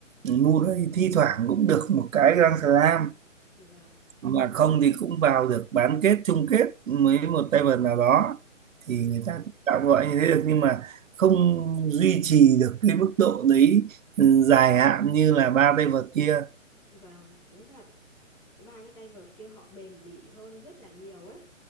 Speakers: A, on the right; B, in the centre.
A: ừ, Murray thi thoảng cũng được một cái Grand Slam
B: Vâng.
A: mà không thì cũng vào được bán kết chung kết với một tay vợt nào đó thì
B: Ừ,
A: người ta cũng tạm gọi như thế được nhưng mà không duy trì được cái mức độ đấy ừ, dài hạn như là ba tay vợt kia
B: vâng, đúng thật. Cái ba cái tay vợt kia họ bền bỉ hơn rất là nhiều ấy.